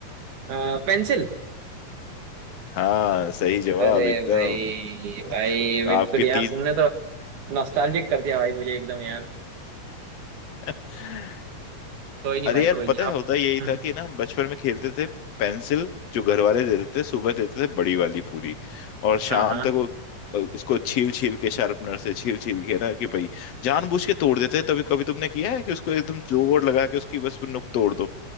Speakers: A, on the right (about 70°); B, on the left (about 60°).
A: हाँ पेंसिल
B: हाँ सही जवाब
A: अरे
B: एकदम
A: भाई भाई
B: <laughs> तो
A: बिल्कुल
B: आपके
A: यार
B: तीन
A: तुमने तो नॉस्टैल्जिक कर दिया भाई मुझे एकदम यार
B: <laughs>
A: कोई नहीं
B: अरे
A: भाई
B: यार
A: कोई नहीं
B: पता है
A: आप
B: होता यही
A: हम्म,
B: था कि ना हम बचपन में खेलते थे पेंसिल जो घर वाले देते थे सुबह देते थे बड़ी वाली पूरी और शाम
A: हाँ हाँ
B: तक वो उसको छील छील के शार्पनर से छील छील के ना कि भाई जानबूझ के तोड़ देते हैं। तभी कभी तुमने किया है कि उसको एकदम जोर लगा के उसकी बस नुक तोड़ दो